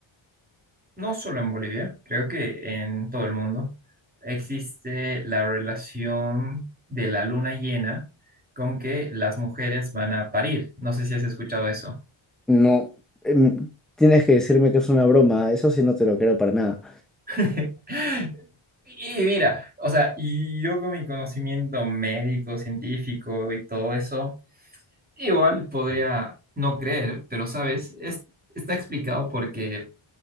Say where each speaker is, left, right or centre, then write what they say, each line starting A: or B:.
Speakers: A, on the right; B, in the centre.
A: No solo en Bolivia, creo que en todo el mundo existe la relación de la luna llena con que las mujeres van a parir. No sé si has escuchado eso.
B: No, em, tienes que decirme que es una broma, eso sí no te lo creo para nada.
A: <laughs> Y mira, o sea, y yo con mi conocimiento médico, científico y todo eso, igual podría no creer, pero sabes, es- está explicado porque